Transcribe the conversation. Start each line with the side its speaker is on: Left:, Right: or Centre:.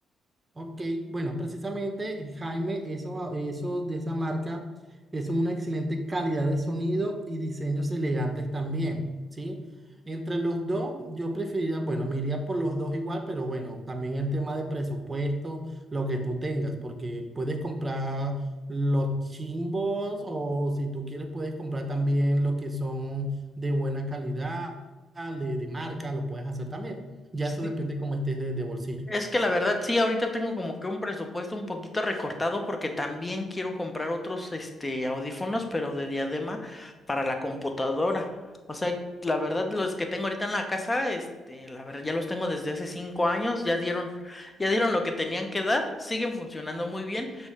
Right: Ok, bueno, precisamente Jaime, eso, esos de esa marca es una excelente calidad de sonido y diseños elegantes también, ¿sí? Entre los dos, yo preferiría, bueno, me iría por los dos igual, pero bueno, también el tema de presupuesto, lo que tú tengas, porque puedes comprar los chimbos o si tú quieres puedes comprar también lo que son de buena calidad, de, de marca, lo puedes hacer también. Ya
Left: Sí,
Right: eso depende cómo estés de de bolsillo.
Left: Es que la verdad sí, ahorita tengo como que un presupuesto un poquito recortado porque también quiero comprar otros este audífonos, pero de diadema para la computadora. O sea, la verdad los que tengo ahorita en la casa, este, la verdad ya los tengo desde hace cinco años, ya dieron, ya dieron lo que tenían que dar, siguen funcionando muy bien,